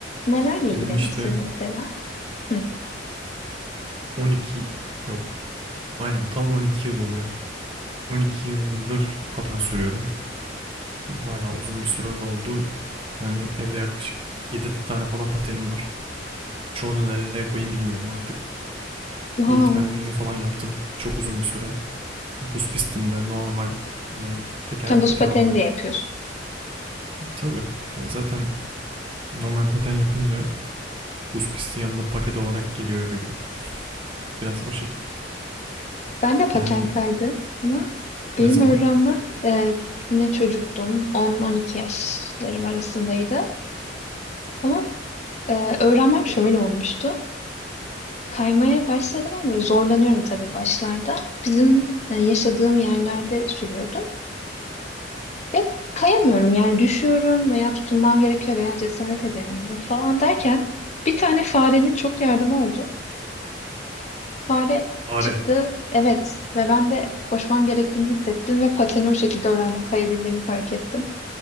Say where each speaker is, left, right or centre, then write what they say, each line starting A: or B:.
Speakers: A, on the left (about 40°); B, on the right (about 30°).
A: Nelerle ilgilenirsin
B: Benim işte
A: mesela? Hı.
B: 12 yok. Aynen tam 12 yıl oluyor. 12 yıldır patent sürüyorum. Bayağı uzun bir süre oldu. Yani evde yaklaşık 7 tane falan patenim var. Çoğunu nereye koyayım bilmiyorum artık.
A: Vay.
B: Eğitmenliğini falan yaptım. Çok uzun bir süre. Buz pistinde normal hani teker
A: Sen buz
B: paten
A: pateni
B: olarak.
A: de yapıyorsun.
B: Tabii. Yani zaten normal paten yapınca buz pisti yanında paket olarak geliyor gibi. Biraz o şekilde.
A: Ben de paten
B: Yani
A: kaydım ama benim
B: ne zaman?
A: öğrenmem e, yine çocuktum. 10-12 yaşlarım arasındaydı. Ama e, öğrenmem şöyle olmuştu. Kaymaya başladım ama böyle zorlanıyorum tabii başlarda. Bizim e, yaşadığım yerlerde sürüyordum. Ya kayamıyorum yani düşüyorum veya tutunmam gerekiyor veya cesaret edemiyorum falan derken bir tane farenin çok yardımı oldu. Fare
B: Are.
A: çıktı evet ve ben de koşmam gerektiğini hissettim ve pateni o şekilde öğrendim kayabildiğimi fark ettim.